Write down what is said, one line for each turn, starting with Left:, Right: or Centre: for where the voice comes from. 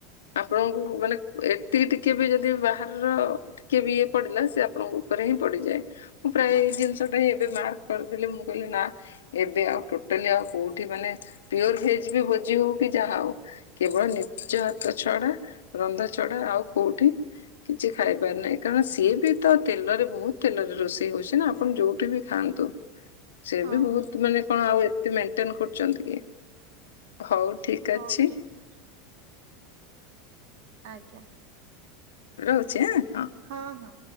Left: ଆପଣଙ୍କୁ ମାନେ, ଏତିକି ଟିକେ ବି ଯଦି ବାହାରର ଟିକେ ବି ଇଏ ପଡିଲା, ସେ ଆପଣଙ୍କ ଉପରେ ହିଁ ପଡିଯାଏ। ମୁଁ ପ୍ରାୟ ଏଇ ଜିନିଷଟା ଏବେ ମାର୍କ କରିଦେଲି, ମୁଁ କହିଲି ନା ଏବେ ଆଉ ଟୋଟାଲି, ଆଉ କୋଉଠି ମାନେ, ପିଓର ଭେଜ ବି ଭୋଜି ହଉ କି, ଯାହା ହଉ କେବଳ ନିଜ ହାତ ଛଡା, ରନ୍ଧା ଛଡା ଆଉ କୋଉଠି କିଛି ଖାଇ ପାରି ନାହିଁ, କାରଣ ସିଏ ବି ତ ତେଲରେ ବୋହୁତ୍ ତେଲରେ ରୋଷେଇ ସେ ହୋଉଛି ନା ଆପଣ ଯୋଉଠି ବି ଖାଆନ୍ତୁ, ସେ
Right: ହଁ
Left: ବି ବୋହୁତ୍
Right: ହଁ
Left: ମାନେ ଆପଣ ଆଉ ଏତେ ମେଣ୍ଟେନ୍ କରୁଛନ୍ତି କି? ହୋଉ ଠିକ୍
Right: ହଉ
Left: ଅଛି।
Right: ଠିକ ଅଛି। ଆଜ୍ଞା।
Left: ରହୁଛି ଆଁ?
Right: ହଁ ହଁ।